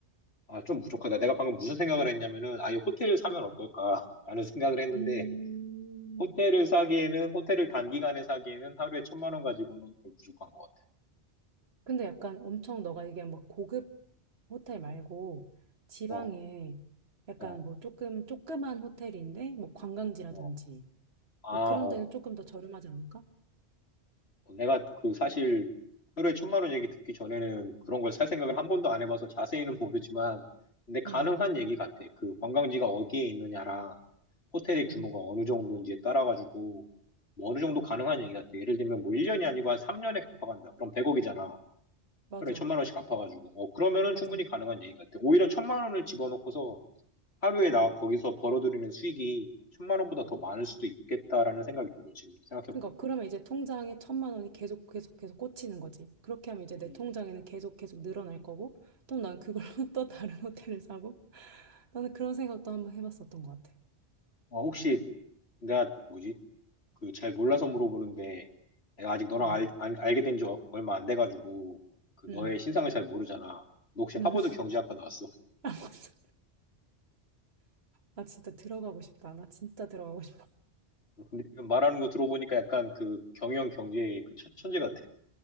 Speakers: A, on the left; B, on the right.
A: 아, 좀 부족하다. 내가 방금 무슨 생각을 했냐면은, 아예 호텔을 사면 어떨까? 라는 <laughs> 생각을 했는데,
B: 음.
A: 호텔을 사기에는, 호텔을 단기간에 사기에는 하루에 천만 원 가지고는 좀 부족한 것 같아.
B: 근데 약간 엄청 너가 얘기한 막 고급 호텔 말고 지방에
A: 어,
B: 약간
A: 어,
B: 뭐 조금 조그만 호텔인데 뭐 관광지라든지
A: 어. 아,
B: 막 그런
A: 어.
B: 데는 조금 더 저렴하지 않을까?
A: 내가 그 사실 하루에 천만 원 얘기 듣기 전에는 그런 걸 살 생각을 한 번도 안 해봐서 자세히는 모르지만, 근데 가능한
B: 응,
A: 얘기 같아. 그 관광지가 어디에 있느냐랑 호텔의
B: 응,
A: 규모가 어느 정도인지에 따라가지고, 뭐 어느 정도 가능한 얘기 같아. 예를 들면 뭐 1년이 아니고 한 3년에 갚아간다. 그럼 100억이잖아.
B: 맞아,
A: 그래, 천만 원씩 갚아가지고. 어, 그러면은 충분히
B: 맞아.
A: 가능한 얘기 같아. 오히려 천만 원을 집어넣고서 하루에 나 거기서 벌어들이는 수익이 천만 원보다 더 많을 수도 있겠다라는 생각이 들어, 지금 생각해보니까.
B: 그러니까 그러면 이제 통장에 천만 원이 계속 계속 계속 꽂히는 거지. 그렇게 하면 이제 내
A: 음.
B: 통장에는 계속 계속 늘어날 거고 또 난 그걸로 <laughs> 또 다른 호텔을 사고 나는 그런 생각도 한번 해봤었던 것 같아.
A: 어, 혹시 내가 뭐지? 그 잘 몰라서 물어보는데 내가 아직 너랑
B: 응,
A: 알, 알, 알게 된지 얼마 안 돼가지고 그
B: 응,
A: 너의 신상을 잘 모르잖아. 너 혹시
B: 응.
A: 하버드
B: <laughs>
A: 경제학과 나왔어?
B: 아, 맞아. 아, 진짜 들어가고 싶다. 나 진짜 들어가고 싶다.
A: <laughs> 근데 지금 말하는 거 들어보니까 약간 그 경영 경제의 그 천, 천재 같아.